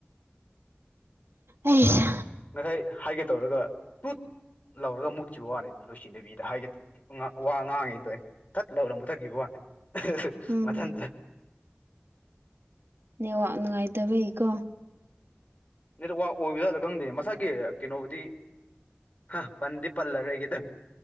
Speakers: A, on the right; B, on the left.
A: ꯑꯩꯁ
B: ꯉꯁꯥꯏ ꯍꯥꯏꯒꯦ ꯇꯧꯔꯒ ꯇꯨꯠ ꯂꯧꯔꯒ ꯃꯨꯠꯈꯤꯕ ꯋꯥꯅꯤꯗ ꯂꯣꯏꯁꯤꯟꯗꯕꯤ ꯍꯥꯏꯒꯦ ꯉꯥ ꯋꯥ ꯉꯥꯡꯉꯤ ꯇꯣꯛꯑꯦ ꯊꯠ ꯂꯧꯅ ꯃꯨꯊꯠꯈꯤꯕ ꯋꯥꯅꯤ ꯍ ꯍ
A: ꯎꯝ
B: ꯃꯊꯟꯇ <inaudible>
A: ꯅꯦꯠꯋꯥꯔꯛ ꯅꯨꯡꯉꯥꯏꯇꯕꯒꯤꯀꯣ
B: ꯅꯦꯠꯋꯥꯔꯛ ꯑꯣꯏꯕ ꯖꯥꯠꯂ ꯈꯪꯗꯦ ꯃꯁꯥꯒꯤ ꯀꯩꯅꯣꯕꯨꯗꯤ ꯍꯥ ꯄꯟꯗꯤ ꯄꯜꯂꯔꯣꯢꯒꯦꯗ